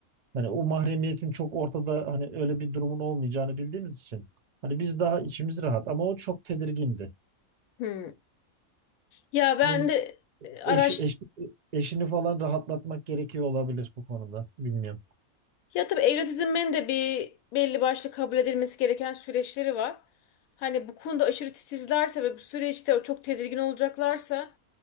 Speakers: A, on the right; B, on the left.
A: Hani o mahremiyetin çok ortada hani öyle bir durumun olmayacağını bildiğimiz için hani biz daha içimiz rahat ama o çok tedirgindi.
B: Hı. Ya ben
A: Yani
B: de e, araç
A: Eşi, eşi- eşini falan rahatlatmak gerekiyor olabilir bu konuda. Bilmiyorum.
B: ya tabii evlat edinmenin de bir belli başlı kabul edilmesi gereken süreçleri var. Hani bu konuda aşırı titizlerse ve bu süreçte çok tedirgin olacaklarsa